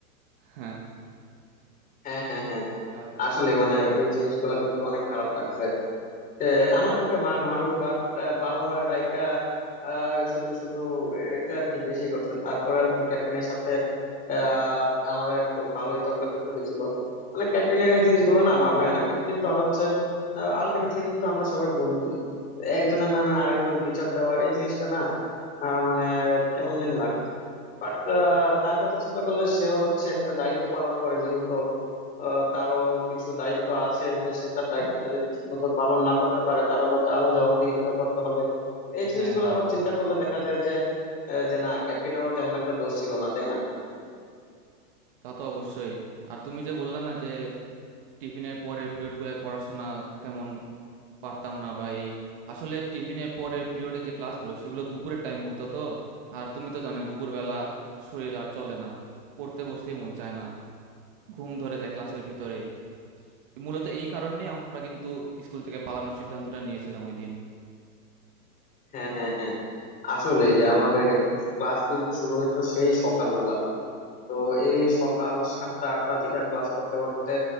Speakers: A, on the right (about 35°); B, on the left (about 15°).
A: হ্যাঁ
B: হ্যাঁ হ্যাঁ হ্যাঁ
A: আর
B: আসলে মানে ওই জিনিসগুলো কিন্তু অনেক খারাপ লাগছে যে আমাদেরকে মার মারুক বাট বাবা মারা ডাইকা আহ, শুধু শুধু এটা আর কি বেশি করছে তারপরে আর কি ক্যাপ্টেনের সাথে আহ, আমাদের একটু ভালোই তর্কাতর্কি হয়েছিল মানে ক্যাপ্টেনের এই জিনিসগুলো না ভালো লাগে না ক্যাপ্টেন তো হচ্ছে আলটিমেটলি কিন্তু আমরা সবাই বন্ধুই একজনের নামে আরেকজন বিচার দেওয়া এই জিনিসটা না আহ, মানে কেমন জানি লাগতো বাট তার কথা চিন্তা করলে সেও হচ্ছে একটা দায়িত্ব পালন করে যেহেতু আহ, তারও কিছু দায়িত্ব আছে যে সে তার দায়িত্বটা যদি ঠিক মতো পালন না করতে পারে তাহলে তারও জবাবদিহিতা করতে হবে এই জিনিসগুলো
A: হ্যাঁ হ্যাঁ
B: আবার চিন্তা করলে দেখা যায় যে আহ, যে না ক্যাপ্টেনেরও তেমন একটা দোষ ছিল না তাই না
A: তা তো অবশ্যই আর তুমি যে বললা না যে টিফিনের পরে পিরিয়ডগুলোয় পড়াশোনা তেমন পারতাম না বা এই আসলে টিফিনের পরের পিরিয়ডে যে ক্লাসগুলো সেগুলো দুপুরের টাইম হতো তো আর তুমি তো জানোই দুপুরবেলা শরীর আর চলে না পড়তে বসতেই মন চায় না ঘুম ধরে যায় ক্লাসের ভিতরে মূলত এই কারণে আমরা কিন্তু স্কুল থেকে পালানোর সিদ্ধান্তটা নিয়েছিলাম ওই দিন
B: হ্যাঁ হ্যাঁ হ্যাঁ আসলে যে আমাদের ক্লাস কিন্তু শুরু হইতো সেই সকালবেলা তো এই সকাল সাতটা আটটা থেকে ক্লাস করতে করতে